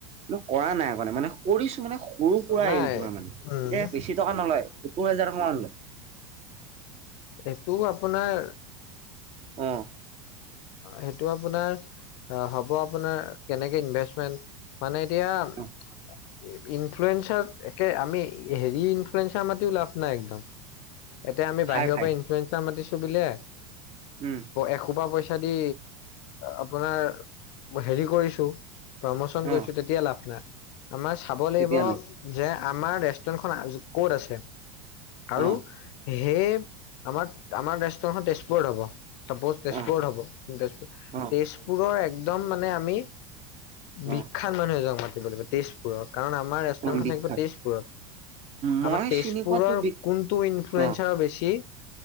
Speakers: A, on the right (about 40°); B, on the left (about 55°).
A: মই কৰা নাই কাৰণে মানে কৰিছো মানে গৰু কুৰা
B: নাই
A: আহ তমাৰ মানে
B: উম
A: এয়া পেছি টকা নলয় সত্তৰ হোজাৰ টকা মান লয়।
B: এইটো আপোনাৰ।
A: অহ ',
B: সেইটো আপোনাৰ হ'ব আপোনাৰ কেনেকে ইনভেষ্টমেন্ট মানে। এতিয়াৰ
A: অ',
B: ইনফ্লুয়েন্ঞ্চাৰ একে আমি হেৰি ইনফ্লুয়েন্ঞ্চাৰ মাটও লাভ নাই একদম। এতিয়া আমি
A: হাই
B: বাহিৰৰ
A: ফাই
B: পৰা ইঞ্চুৰেঞ্চ মাতিছো বুললে
A: উম,
B: এশোপা পইচা। ইচা দি আপোনাৰ হেৰি কৰিছো। প্ৰমোচন কৰিছো
A: অ',
B: তেতিয়া লাভ নাই। আমাৰ চাব লাগিব
A: তেতিয়া নাই
B: যে আমাৰ ৰেষ্টুৰেন্টখন ক'ত আছে। আৰু
A: অ',
B: সেই আমাৰ- আমাৰ ৰাজষ্টখন তেজপুৰত হ'ব। চাপজ তেজপুৰত
A: অ',
B: হ'ব তেজপুৰ -
A: অ',
B: তেজপুৰৰ একদম মানে আমি বিখ্যাত
A: অ',
B: মানুহ এজনক মাতি লাগিব তেজপুৰৰ কাৰণ আমাৰ ৰেষ্টুৰেণ্টখন
A: অ', বিখ্যাত
B: থাকিব তেজপুৰত।
A: মই
B: আমাৰ তেজপুৰৰ
A: চিনি পোৱাতো বি
B: কোনটো ইনফ্লুয়েন্ঞ্চা
A: অ',
B: বেছি।